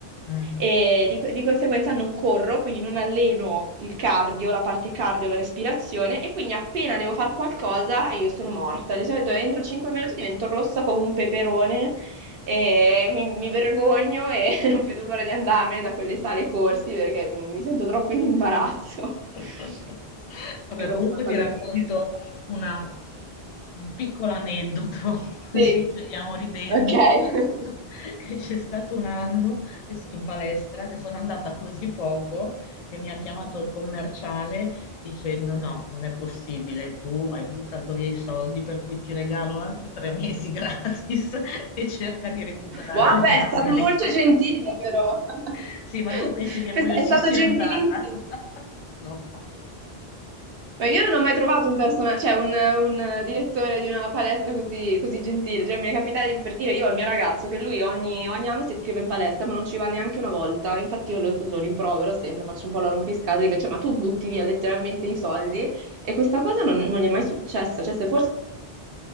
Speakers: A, on the left (about 50°); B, on the right (about 65°).
A: Mm.
B: e di, di conseguenza non corro, quindi non alleno il cardio, la parte cardio, la respirazione e quindi appena devo fare qualcosa io sono morta. Di solito entro 5 minuti divento rossa come un peperone e mi, mi vergogno e <laughs> non vedo l'ora di andarmene da quelle sale corsi perché mi, mi sento troppo in imbarazzo. <laughs>
A: <laughs> Vabbè,
B: È proprio
A: comunque
B: una cosa
A: ti racconto
B: che non riesco a fare.
A: una- un piccolo aneddoto, <laughs> così
B: Sì,
A: chiudiamo ridendo,
B: ok.
A: <laughs>
B: <laughs>
A: che c'è stato un anno che s- in palestra che sono andata così poco che mi ha chiamato il commerciale dicendo no, non è possibile, tu hai buttato via i soldi per cui ti regalo altri tre mesi gratis <laughs> e cerca di recuperare
B: Wow,
A: le
B: beh,
A: pensioni
B: è stato molto
A: che...
B: gentile
A: <laughs>
B: però. <laughs>
A: Sì, ma tu pensi che
B: È
A: poi io ci
B: stato
A: sia
B: gentilissimo.
A: andata? <laughs> No,
B: Ma io non ho mai trovato un personaggio, cioè un, un direttore di una palestra così, così gentile. Cioè, mi è capitato di- per dire io al mio ragazzo che lui ogni, ogni anno si iscrive in palestra, ma non ci va neanche una volta. Infatti, io lo, lo rimprovero sempre, faccio un po' la rompiscatole, dico, cioè, ma tu butti via letteralmente i soldi. E questa cosa non, non gli è mai successa. Cioè, se forse